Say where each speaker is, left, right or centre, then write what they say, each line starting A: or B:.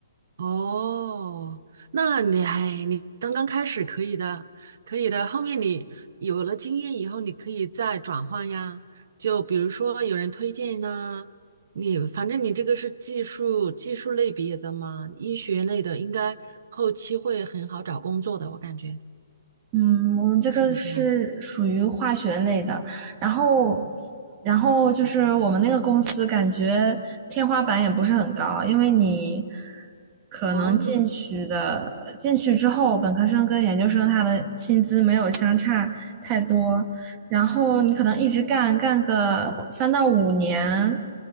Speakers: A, on the right; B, on the right.
A: 哦，那你还你刚刚开始可以的，可以的。后面你有了经验以后，你可以再转换呀。就比如说有人推荐呐、你反正你这个是技术技术类别的嘛，医学类的应该后期会很好找工作的，我感觉
B: 嗯，我们这个是属于化学类的，
A: 是不是？
B: 然后，然后就是我们那个公司感觉天花板也不是很高，因为你可能进去的，
A: 哦，
B: 进去之后，本科生跟研究生他的薪资没有相差太多，然后你可能一直干干个三到五年，